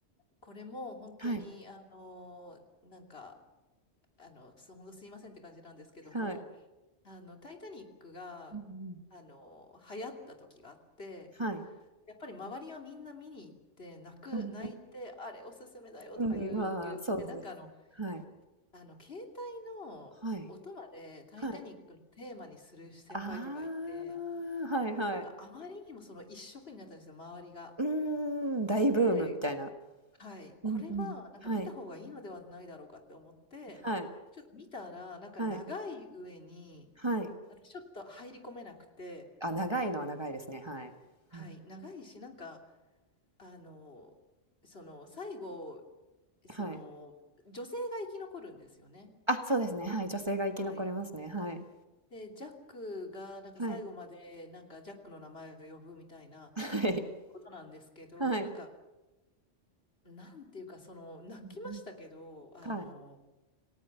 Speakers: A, on the left; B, on the right.
A: これも本当に、
B: はい、
A: あの、なんか、あの、す、ほんすいませんって感じなんですけども、
B: はい。
A: あの、タイタニックが、
B: うんうん。
A: あの、流行った時があって、
B: はい。
A: やっぱり周りはみんな見に行って、泣く、
B: うん、
A: 泣いて、あれおすすめだよとか言う、
B: うん、まあ、
A: 言って、
B: そうですね。
A: なんかあの、
B: はい、
A: あの、携帯の音までタイタニックのテーマにする先輩とかいて、
B: はい、はい。ああ、はいはい。
A: なんかあまりにもその一色になったんですよ、周りが。
B: うーん、大ブームみたいな。
A: で、はい、これはなんか見た方がいいのではないだろうかって思って、
B: うんうん。はい、はい、
A: ちょっと見たら、なんか長い上に、
B: はい、はい。
A: 私ちょっと入り込めなくて、
B: あ、長いのは長いですね、はい。
A: はい、
B: うん。
A: 長いし、なんか、あの、その、最後、その、
B: はい。
A: 女性が生き残るんですよね。
B: あ、そうですね、はい、女性が生き残れますね、
A: はい。
B: はい。
A: で、ジャックが、なんか最後まで、
B: はい、
A: なんかジャックの名前を呼ぶみたいな
B: <laughs> はい、
A: ことなんですけど、
B: はい。
A: なんか、なんていうか、その、泣きましたけど、
B: うんうん。
A: あの、
B: はい、